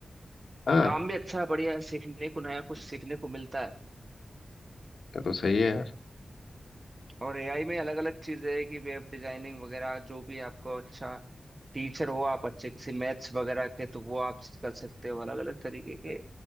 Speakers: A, on the left; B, on the right.
A: हाँ
B: काम भी अच्छा है बढ़िया है सीखने को नया कुछ सीखने को मिलता है
A: ये तो सही है यार
B: और एआई में अलग अलग चीजें है कि वेब डिजाइनिंग वगैरह जो भी आपको अच्छा टीचर हो आप अच्छे किसी मैथ्स वगैरह के तो वो आप कर सकते हो अलग अलग तरीके के